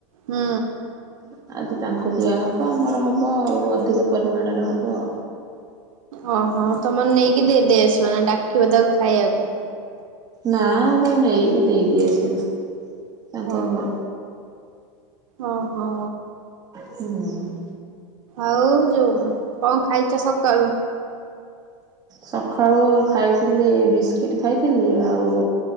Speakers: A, on the right (about 80°); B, on the right (about 25°).
A: ହୁଁ
B: <inaudible> ଆଜି ତାଙ୍କୁ ଦିଆହବ ଆମର ହବ ଆଉ ଅଧିକ ପରିମାଣରେ ହବ।
A: ଓହୋ ତମେ ନେଇକି ଦେଇ ଦେଇ ଆସିବ ନା ଡାକିବ ତାକୁ ଖାଇଆକୁ।
B: ନା ତା ନେଇକି ଦେଇଦେଇ ଆସିବୁ। ତାଙ୍କ
A: ଅ ହଁ।
B: ଘରେ
A: ଓହୋ।
B: ହୁଁ। <inaudible>
A: ଆଉ ଯୋଉ କଣ ଖାଇଚ ସକାଳୁ?
B: ସକାଳୁ ଖାଇଥିଲି ବିସ୍କିଟ୍ ଖାଇଥିଲି ଆଉ